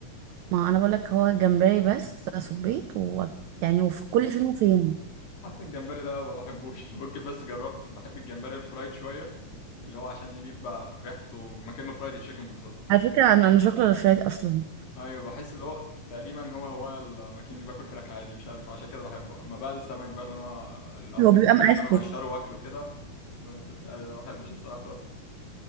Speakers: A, on the right; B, on the left.
A: ما انا بقول لك هو جمبري بس صبيط و يعني وفي كل فين وفين
B: حتى الجمبري ده ما بحبوش <laughs> ممكن بس جربت بحب الجمبري الفرايد شويه اللي هو عشان إيه بيبقى ريحته مكانه فرايد تشيكن بالظبط
A: على فكره انا انا مش باكل الفرايد اصلا
B: ايوه بحس اللي هو تقريبا هو هو المكان اللي باكل فراخ عادي مش عارف عشان كده بحبه اما بقى السمك بقى اللي انا اللي قصدي
A: هو بيبقى
B: الجمبري
A: مقفل
B: اللي انا اقشره واكله كده ب- لا، أنا ما بحبش الصراحه خالص